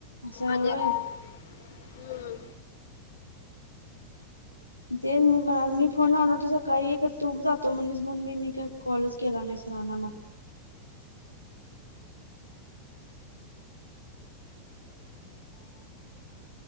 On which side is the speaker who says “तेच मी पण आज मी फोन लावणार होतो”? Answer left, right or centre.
Left